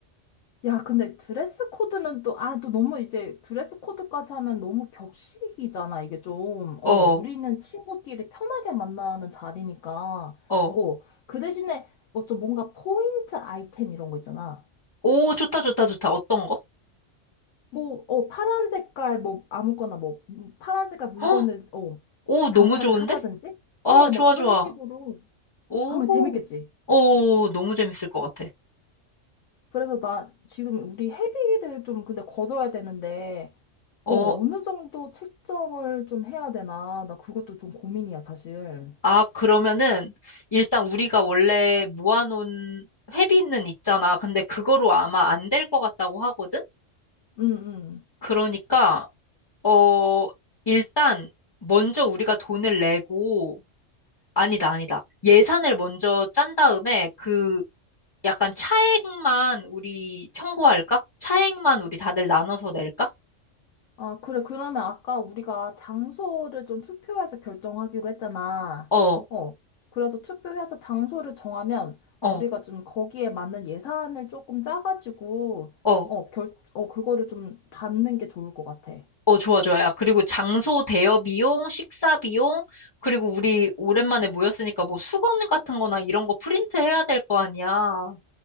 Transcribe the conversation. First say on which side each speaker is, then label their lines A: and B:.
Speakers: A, on the left; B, on the left.
A: 야, 근데 드레스 코드는 또, 아, 또 너무 이제 드레스 코드까지 하면 너무 격식이잖아, 이게 좀.
B: 어,
A: 어, 우리는 친구끼리 편하게 만나는 자리니까.
B: 어.
A: 어, 그 대신에, 어, 좀 뭔가 포인트 아이템 이런 거 있잖아.
B: 오, 좋다, 좋다, 좋다. 어떤 거?
A: 뭐, 어, 파란 색깔, 뭐, 아무거나 뭐, 음, 파란 색깔 물건을,
B: 헉,
A: 어,
B: 오,
A: 장착을
B: 너무 좋은데?
A: 한다든지?
B: 아,
A: 어,
B: 좋아,
A: 막 그런
B: 좋아.
A: 식으로
B: 오,
A: 하면 재밌겠지.
B: 오, 너무 재밌을 것 같아.
A: 그래서 나 지금 우리 회비를 좀 근데 걷어야 되는데,
B: 어,
A: 어, 어느 정도 책정을 좀 해야 되나? 나 그것도 좀 고민이야, 사실.
B: 아, 그러면은, 일단 우리가 원래 모아놓은 회비는 있잖아. 근데 그거로 아마 안 될 것 같다고 하거든?
A: 응, 응.
B: 그러니까, 어, 일단, 먼저 우리가 돈을 내고, 아니다, 아니다. 예산을 먼저 짠 다음에 그 약간 차액만 우리 청구할까? 차액만 우리 다들 나눠서 낼까?
A: 아, 그래. 그러면 아까 우리가 장소를 좀 투표해서 결정하기로 했잖아.
B: 어,
A: 어. 그래서 투표해서 장소를 정하면
B: 어,
A: 우리가 좀 거기에 맞는 예산을 조금 짜가지고,
B: 어,
A: 어, 결, 어, 그거를 좀 받는 게 좋을 것 같아.
B: 어, 좋아, 좋아. 야, 그리고 장소 대여 비용, 식사 비용, 그리고 우리 오랜만에 모였으니까 뭐 수건 같은 거나 이런 거 프린트 해야 될 거 아니야.